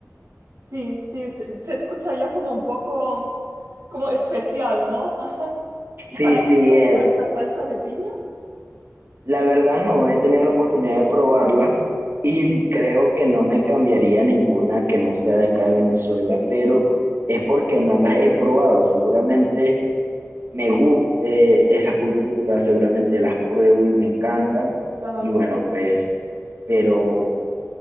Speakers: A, on the right; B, on the right.
A: Sí, sí, se, se escucha ya como un poco como especial, ¿no? <laughs>
B: Sí,
A: ¿Y para
B: sí,
A: qué te usa
B: eh,
A: esta salsa de piña?
B: La verdad no he tenido la oportunidad de probarla y creo que no me cambiaría ninguna que no sea de acá de Venezuela, pero es porque no las he probado. Seguramente me guste esa cultura, seguramente las pruebo y me encantan.
A: Claro.
B: Y bueno, pues, pero...